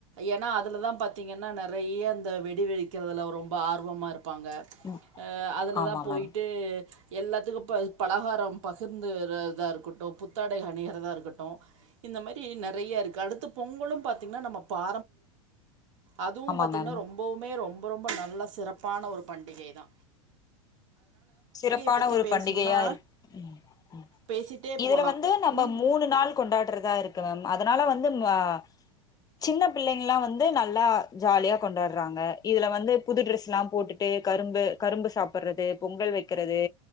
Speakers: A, on the right; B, on the left.
A: ஏன்னா அதுல தான் பாத்தீங்கன்னா நெறைய அந்த வெடிவெடிக்கிறதுல ரொம்ப ஆர்வமா இருப் பாங்க
B: ம்
A: உஹ் அதுல
B: ஆமா
A: தா போயிட்டு
B: மேம்
A: எல்லாத்துக்கு ப பலகாரம் பகிர்ந்துறதா இருக்கட்டு புத்தாடை அணியறதா இருக்கட்டு இந்த மாரி நெறையா இருக்கு அடுத்த பொங்கலு பாத்தீங்கன்னா நம்ம பா அதுவு
B: ஆமா
A: பாத்தீங்கன்னா
B: மேம்
A: ரொம்பவுமே ரொம் ரொம்ப ரொம்ப நல்ல சிறப்பான ஒரு பண்டிகை தா
B: சிறப்பான
A: பற்றி
B: ஒரு
A: பேசணுன்னா
B: பண்டிகையா இருக் உம் உம்
A: பேசிகிட்டே
B: இதுல
A: போகலாம்
B: வந்து நம்ம
A: உங்
B: மூணு நாள் கொண்டாடுறதா இருக்கு மேம் அதனால வந்து உம் மா சின்ன பிள்ளைங்கல்லா வந்து நல்லா ஜாலியா கொண்டாடுறாங்க இதுல வந்து புது ட்ரெஸ்லா போட்டுட்டு கரும்பு கரும்பு சாப்பிடுறது பொங்கல் வைக் குறது